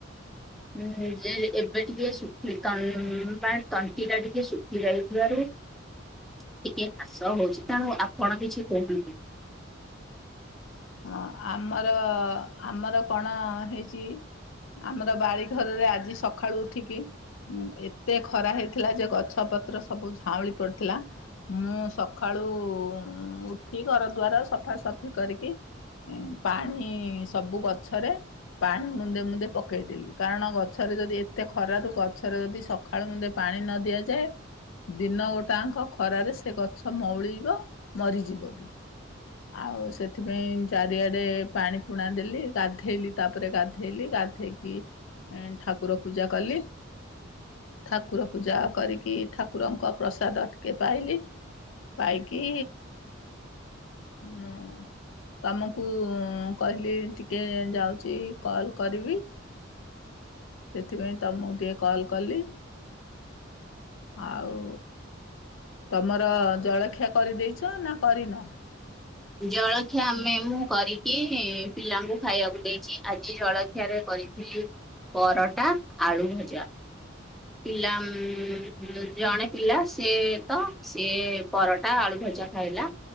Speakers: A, in the centre; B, on the left.
A: ଉଁ ଯେ ଏବେ ଟିକେ ଶୁଖି ମାନ ତଣ୍ଟି ଟା ଟିକେ ଶୁଖି ଯାଇଥିବାରୁ ଟିକେ କାସ ହଉଚି, ତେଣୁ ଆପଣ କିଛି କୁହନ୍ତୁ?
B: ହଁ ଆମର ଆମର କଣ ହେଇଚି ଆମର ବାଡିଘରରେ ଆଜି ସକାଳୁ ଉଠିକି ଉଁ ଏତେ ଖରା ହେଇଥିଲା ଯେ ଗଛ ପତ୍ର ସବୁ ଝାଉଁଳି ପଡିଥିଲା ମୁଁ ସକାଳ ଆଳୁ ଉଠି ଘର ଦୂଆାର ସଫାସଫି କରିକି ଏ ପାଣି ସବୁ ଗଛରେ ପାଣି ମୁନ୍ଦେ ମୁନ୍ଦେ ପକେଇଦେଲି କାରଣ ଗଛରେ ଯଦି ଏତେ ଖରାରୁ ଗଛରେ ଯଦି ସକାଳୁ ମୁନ୍ଦେ ପାଣି ପାଣି ନ ଦିଆଯାଏ ଦିନ ଗୋଟାଙ୍କ ଖରାରେ ସେ ଗଛ ମଉଳିବ ମରିଯିବ ବି। ଆଉ ସେଥିପାଇଁ ଏମିତ୍‌ ଚାରିଆଡେ ପାଣି ପୁଣା ଦେଲି ଗାଧେଇଲି ତାପରେ ଗାଧେଇଲି ଗାଧେଇକି ଏ ଠାକୁର ପୂଜା କଲି। ଠାକୁର ପୂଜା କରିକି ଠାକୁରଙ୍କ ପ୍ରସାଦ ଟିକେ ପାଇଲି। ପାଇକି ମୁଁ ତମକୁ କହିଲି ଟିକେ ଯାଉଚି କଲ୍ କରିବି। ସେଥିପାଇଁ ତମକୁ ଟିକେ କଲ୍ କଲି। ଆଉ ତମର ଜଳଖିଆ କରିଦେଇଚ ନା କରିନ?
A: ଜଳଖିଆ ଆମେ ମୁଁ କରିକି ପିଲାଙ୍କୁ ଖାଇବାକୁ ଦେଇଛି ଆଜି ଜଳଖିଆରେ କରିଥିଲି ପରଟା ଆଳୁ ଭଜା। ପିଲା ଉଁ ଜଣେ ପିଲା ସିଏ ତ ସିଏ ପରଟା ଆଳୁ ଭଜା ଖାଇଲା